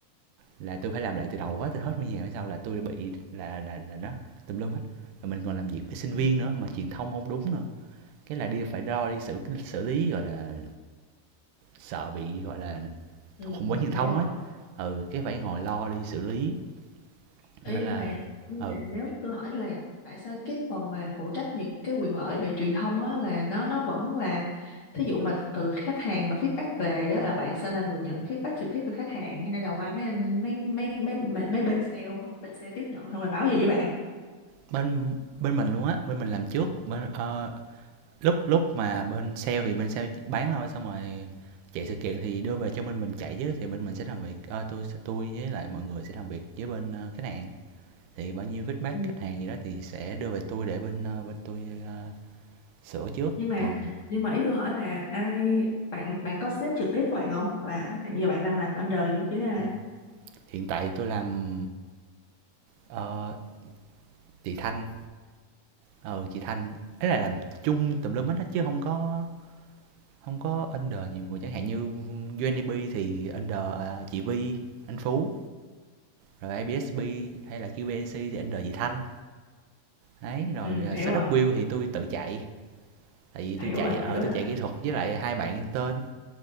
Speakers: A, on the right (about 85°); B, on the left (about 50°).
A: là tôi phải làm lại từ đầu hết từ hết nguyên nhà mới sao là tôi bị là là là nó tùm lum hết rồi mình còn làm việc với sinh
B: ừ,
A: viên nữa mà truyền thông không đúng nữa cái là đi phải đo đi xử xử lý gọi là sợ bị gọi là
B: ừ,
A: khủng
B: ừ
A: bố truyền thông
B: hiểu rồi
A: ấy ừ cái phải ngồi lo đi xử lý
B: Ê,
A: nên
B: nhưng
A: là
B: mà nhưng
A: ừ
B: mà nếu tôi hỏi là tại sao cái phần mà phụ trách những cái quyền lợi về truyền thông á là nó nó vẫn là thí dụ mà từ khách hàng mà feedback về á là bạn sẽ là người nhận feedback trực tiếp từ khách hàng hay là qua mấy anh mấy mấy mấy mấy, mấy bên sale á, bên sale tiếp nhận xong rồi báo về với bạn
A: bên bên mình luôn á bên mình làm trước bên ờ, lúc lúc mà bên sale thì bên sale bán thôi xong rồi chạy sự kiện thì đưa về cho bên mình chạy chứ thì bên mình sẽ làm việc ờ, tôi tôi với lại mọi người sẽ làm việc với bên ờ, khách hàng thì bao nhiêu feedback
B: ừ.
A: khách hàng gì đó thì sẽ đưa về tôi để bên ờ, bên tôi ờ, sửa trước
B: nhưng mà
A: còn
B: nhưng mà ý tôi hỏi là ai bạn bạn có sếp trực tiếp của bạn không là hiện giờ bạn đang làm under gì chứ ai
A: ừ, hiện tại tôi làm ờ, chị Thanh ờ chị Thanh ấy là làm chung tùm lum hết á, chứ không có không có under nhiều người chẳng hạn như UNDP thì under ờ, chị Vi anh Phú rồi ABSB hay là QBNC thì under chị Thanh đấy rồi
B: ừ
A: ờ,
B: hiểu
A: startup
B: rồi
A: build thì tôi tự chạy tại vì tôi
B: hiểu
A: chạy
B: rồi
A: ờ
B: hiểu rồi
A: tôi
B: đó
A: chạy kỹ thuật với lại hai bạn intern